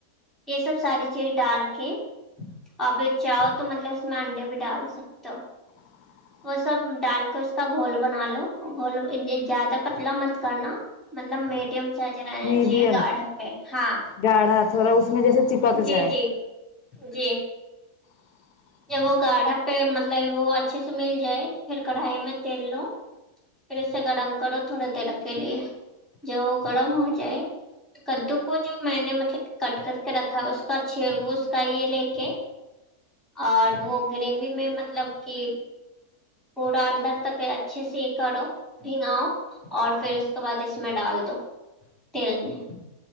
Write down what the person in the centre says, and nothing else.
یہ سب ساری چیز ڈال کے ابھی چاہو تو مطلب اس میں انڈے بھی ڈال سکتا ہو
وہ سب ڈال کے اس کا گھول بنا لو گھول زیادہ پتلا مت کرنا مطلب میڈیم سج رہ
چاہیے گاڑھ پہ ہاں
جی
جی جی
جب وہ گاڑھا پہ مطلب وہ اچھے سے مل جائے تو پھر کڑھائی میں تیل لو پھر اسے گرم کرو تھوڑے دیر کے لیے جب وہ گرم ہو جائے کدو کو جو میں نے مطلب کٹ کر کے رکھا ہے اس کا اچھے چ کایہ لے کے اور وہ گریوی میں مطلب کہ پورا اندر تک اچھے سے ہی کرو بھناؤ اور پھر اس کے بعد اس میں ڈال دو تیل میں